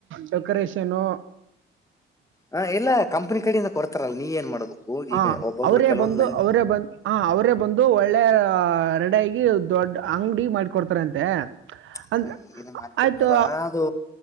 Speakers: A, on the right; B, on the left.
A: ಡೆಕೋರೇಷನ್
B: ಹಾ ಈಲ್ಲ ಕಂಪನಿ ಕಡೆಯಿಂದ ಕೊಡ್ತಾರಲ್ಲ ನೀ ಏನ್ ಮಾಡ್ಬೇಕು
A: ಹ
B: ಈಗ ಒಬ್ಬೊಬ್ರು
A: ಅವರೇ
B: ಕೆಲವೊಂದ್
A: ಬಂದು ಅವರೇ ಬಂದು ಹ ಅವರೇ ಬಂದು ಒಳ್ಳೆ ಅಂಗಾಗಿ ದೊಡ್ಡ ಅಂಗಡಿ ಮಾಡಿಕೊಡ್ತಾರಂತೆ.
B: ಅಲ್ಲ
A: ಅಂದ್ರ
B: ಅಂಗಡಿನೆ ಮಾಡಕೊಡ್ತಾರ
A: ಆಯ್ತು
B: ಅದು